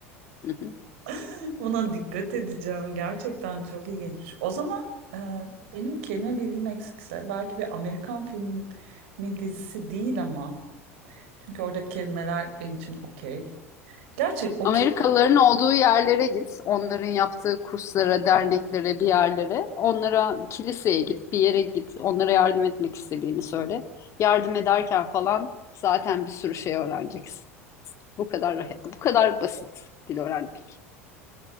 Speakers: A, on the left; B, on the right.
A: hı hı.
B: <laughs> Buna dikkat edeceğim. Gerçekten çok ilginç. O zaman e, benim kelime bilgim eksikse belki bir Amerikan filmi dizisi değil ama çünkü orada kelimeler benim için okey. Gerçi okey
A: Amerikalıların olduğu yerlere git. Onların yaptığı kurslara, derneklere, bir yerlere. Onlara kiliseye git, bir yere git. Onlara yardım etmek istediğini söyle. Yardım ederken falan zaten bir sürü şey öğreneceksin. Bu kadar bu kadar basit dil öğrenmek.